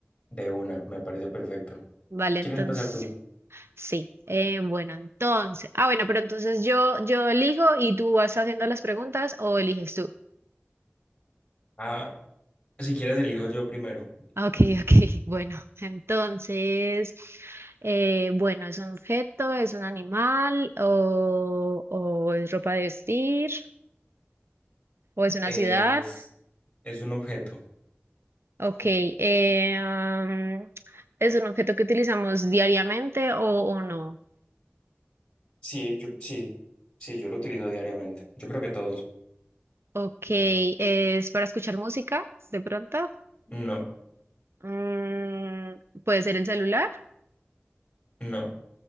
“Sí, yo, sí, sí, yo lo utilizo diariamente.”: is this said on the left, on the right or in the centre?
Left